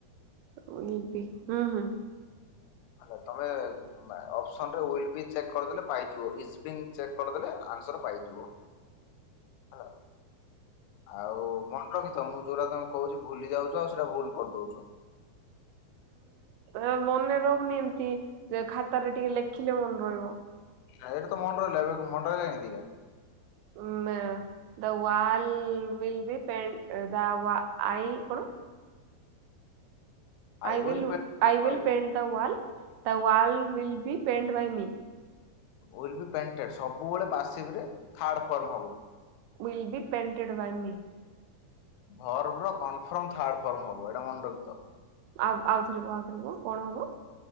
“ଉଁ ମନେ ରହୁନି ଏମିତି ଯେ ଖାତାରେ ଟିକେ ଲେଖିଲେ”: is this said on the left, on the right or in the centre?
Right